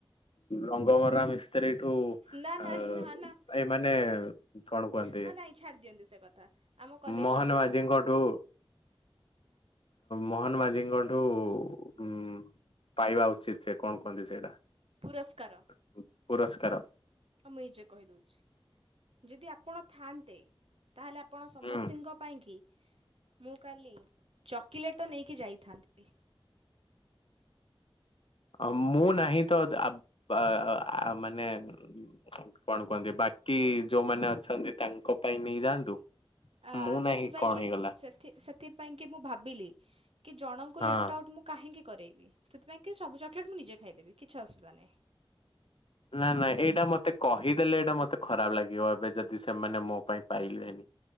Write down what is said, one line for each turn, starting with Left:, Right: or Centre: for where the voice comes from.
Left: ରଙ୍ଗମରା ମିଶ ଥିରେ ଏଇଠୁ
Right: ନା ନା
Left: ଆ
Right: ନା ନା
Left: ଏ ମାନେ
Right: କିଛି
Left: କଣ କୁହନ୍ତି।
Right: ହଁ ନାଇଁ ଛାଡ଼ି ଦିଅନ୍ତୁ ସେ କଥା ଆମ କଲେଜ
Left: ମହୋନ
Right: ରଙ୍ଗମରା
Left: ମାଝିଙ୍କଠୁ। ମୋହନ ମାଝିଙ୍କ ଠୁ ଉଁ ପାଇବା ଉଚିତ। ସେ କଣ କୁହନ୍ତି ସେଇଟା
Right: ପୁରସ୍କାର
Left: ପୁରସ୍କାର।
Right: ହଉ ମୁଁ ନିଜେ କହିଦେଉଛି ଯଦି ଆପଣ ଥାଆନ୍ତେ। ତାହେଲେ ଆପଣ ସମସ୍ତିଙ୍କ
Left: ହୁଁ
Right: ପାଇଁକି। ମୁଁ କାଲି ଚକୋଲେଟ୍ ନେଇକି ଯାଇଥାନ୍ତି।
Left: ଅଁ ମୁଁ ନାହିଁ ତ ଆପ୍ ଆ‌ ମାନେ। କଣ କୁହନ୍ତି ବାକି ଯୋଉମାନେ ଅଛନ୍ତି ତାଙ୍କ ପାଇଁ ନେଇଯାଆନ୍ତୁ।
Right: ଆ
Left: ମୁଁ ନାହିଁ
Right: ସେଥିପାଇଁ
Left: କଣ
Right: କି
Left: ହେଇଗଲା
Right: ସେ ଥି ସେଥି ପାଇଁକି ମୁଁ ଭାବିଲି କି ଜଣଙ୍କୁ
Left: ହଁ
Right: ଲେଫ୍ଟ ଆଉଟ୍ ମୁଁ। କାହିଁକି କରେଇବି ସେଥିପାଇଁ କି ସବୁ ଚକଲେଟ ମୁଁଜେ ଖାଇଦେବି କିଛି ଅସୁବିଧା ନାହିଁ।
Left: ନା ନାଇ ଏଇଟା ମତେ କହିଦେଲେ ଏଇଟା ମତେ ଖରାପ ଲାଗିବ ଏବେ ଯଦି ସେମାନେ ମୋ ପାଇଁ ପାଇଲେନି।